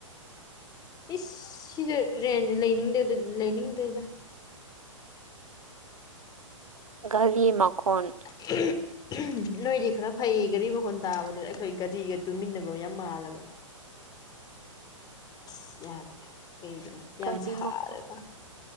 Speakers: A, on the left; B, on the right.
A: ꯑꯦ ꯁꯤꯁꯦ ꯔꯦꯟꯁꯦ ꯂꯩꯅꯤꯡꯗꯦꯗ ꯂꯩꯅꯤꯡꯗ꯭ꯔꯦꯗ꯫
B: ꯒꯥꯔꯤ ꯃꯈꯣꯟ
A: <unintelligible> <unintelligible> ꯅꯣꯏꯗꯤ ꯈꯔ ꯐꯩ ꯒꯥꯔꯤ ꯃꯈꯣꯟ ꯇꯥꯕꯗꯨ ꯑꯈꯣꯏ ꯒꯥꯔꯤꯒ ꯇꯨꯃꯤꯟꯅꯕ ꯌꯥꯝ ꯃꯥꯜꯂꯕꯅꯦ꯫ ꯑꯁ ꯌꯥꯗ꯭ꯔꯦ ꯀꯩꯒꯤꯅꯣ ꯌꯥꯝ
B: ꯒꯥꯔꯤ
A: ꯁꯥꯔꯦꯗ꯫
B: ꯃꯈꯣꯟ